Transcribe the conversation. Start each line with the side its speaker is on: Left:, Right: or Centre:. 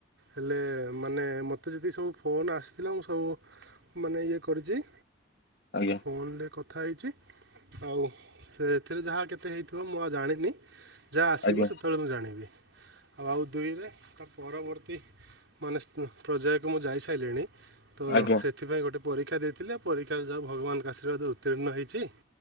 Right: ହେଲେ ମାନେ ମୋତେ ଯଦି ସବୁ ଫୋନ ଆସିଥିଲା ମୁଁ ସବୁ ମାନେ ଇଏ କରିଚି
Left: ଆଜ୍ଞା।
Right: ଫୋନରେ କଥା ହେଇଛି ହଉ ସେଥିରେ ଯାହା କେତେ ହେଇଥିବ ମୁଁ ଆଉ ଜାଣିନି ଯାହା ଆସିବ
Left: ଆଜ୍ଞା
Right: ସେତେବେଳେ ମୁଁ ଜାଣିବି ଆଉ ଦୁଇରେ ପରବର୍ତ୍ତୀ ମାନେ ପର୍ଯ୍ୟାୟକୁ ମୁଁ ଯାଇସାଇଲିଣି ତ
Left: ଆଜ୍ଞା
Right: ସେଥିପାଇଁ ଗୋଟେ ପରୀକ୍ଷା ଦେଇଥିଲେ ପରୀକ୍ଷାରେ ଯାହା ଭଗବାନଙ୍କ ଆଶୀର୍ବାଦ ଉତ୍ତୀର୍ଣ୍ଣ ହେଇଛି।